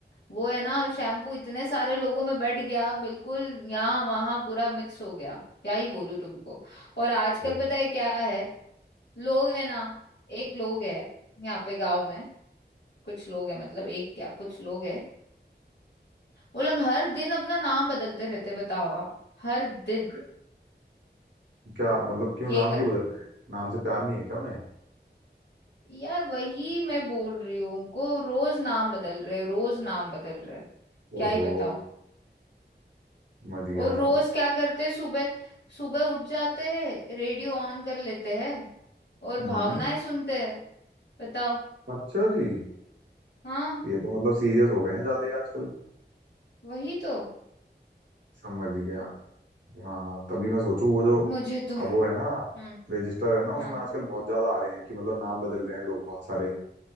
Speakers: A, on the left; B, on the right.
A: वो है ना शैम्पू इतने सारे लोगों में बट गया बिल्कुल यहाँ वहां पूरा मिक्स हो गया क्या ही बोलूं तुमको और आजकल
B: हाँ।
A: पता है क्या है लोग है ना एक लोग है यहाँ पे गांव में कुछ लोग हैं मतलब एक क्या कुछ लोग हैं वो लोग हर दिन अपना नाम बदलते रहते हैं, बताओ आप हर दिन
B: अरे, क्या मतलब क्यों नाम
A: ये कर
B: क्यों
A: रहे
B: बदल
A: हैं।
B: रहे हैं नाम से प्यार नहीं है क्या उन्हें
A: यार वही मैं बोल रही हूँ उनको रोज नाम बदल रहे हैं, रोज नाम बदल रहे हैं, क्या
B: ओहो
A: ही बताऊं
B: समझ गया
A: और रोज
B: समझ गया
A: क्या करते हैं, सुबह सुबह उठ जाते हैं रेडियो ऑन कर लेते हैं और
B: हम्म
A: भावनाएं सुनते हैं बताओ
B: अच्छा जी
A: हाँ
B: ये तो मतलब सीरियस हो गए हैं ज्यादा ही आजकल
A: वही तो
B: समझ गया हाँ तभी मैं सोचूं वो जो
A: मुझे तो हम्म
B: अब वो है ना रजिस्टर है ना उसमें
A: हाँ
B: आजकल बहुत ज्यादा आ रहे हैं कि मतलब नाम बदल रहे हैं लोग बहुत सारे